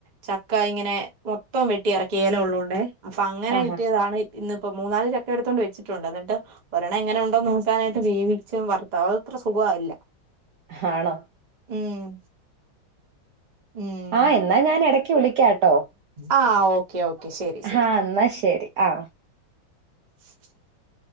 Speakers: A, on the right; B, on the right.
A: ചക്ക ഇങ്ങനെ മൊത്തം വെട്ടി ഇറക്കില ഉള്ളുകൊണ്ടെ അപ്പൊ അങ്ങനെ
B: ആഹാ
A: കിട്ടിയതാണ് ഇന്ന് ഇപ്പോൊ മൂന്നാല് ചക്ക എടുത്തോണ്ട് വച്ചിട്ടുണ്ട് എന്നിട്ട് ഒരെണ്ണം എങ്ങനെ ഉണ്ടോന്ന് നോക്കാനായിട്ട് വീവച്ച് വർ തത്ര സുഖല്ല
B: ഹാണോ
A: ഉം ഉം
B: ആ എന്നാ ഞാൻ ഇടക്ക് വിളിക്കാട്ടോ
A: ആ ഓക്കേ ഓക്കെ ശരി ശരി
B: ആ എന്നാ ശരി ആ
A: <inaudible>